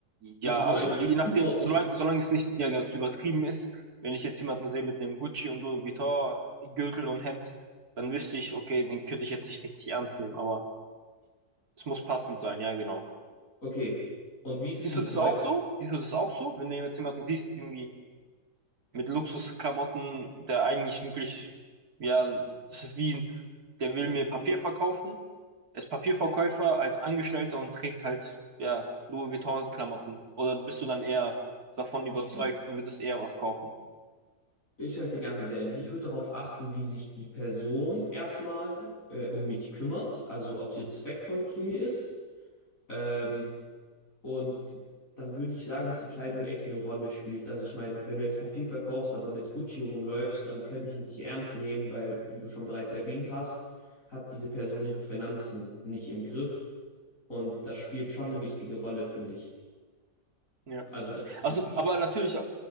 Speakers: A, on the right; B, on the left.
A: Ja,
B: so, solange.
A: also
B: es
A: je nachdem,
B: gut aussieht.
A: solange, solange es nicht ja, jetzt übertrieben ist, wenn ich jetzt jemanden sehe mit einem Gucci und Louis Vuitton-Gürtel und Hemd, dann wüsste ich, okay, den könnte ich jetzt nicht richtig ernst nehmen, aber es muss passend sein, ja, genau.
B: Okay. Und wie ist es
A: Siehst
B: mit
A: du das
B: Leuten?
A: auch so? Siehst du das auch so? Wenn du jetzt jemanden siehst, irgendwie mit Luxusklamotten, der eigentlich wirklich, ja, das ist wie, ein- der will mir Papier verkaufen Er ist Papierverkäufer als Angestellter und trägt halt, ja, Louis Vuitton-Klamotten. Oder bist du dann eher davon überzeugt
B: Ich,
A: und würdest eher was kaufen?
B: Ich sage dir ganz, ganz ehrlich, ich würde darauf achten, wie sich die Person erstmal äh, um mich kümmert, also ob sie respektvoll zu mir ist. Ähm, und dann würde ich sagen, dass die Kleidung echt eine Rolle spielt. Also ich meine, wenn du jetzt Papier verkaufst, aber mit Gucci rumläufst, dann könnte ich dich nicht ernst nehmen, weil, wie du schon bereits erwähnt hast, hat diese Person ihre Finanzen nicht im Griff. Und das spielt schon eine wichtige Rolle, finde ich.
A: Ja.
B: Also, dass man
A: Also,
B: sich...
A: aber natürlich, äh,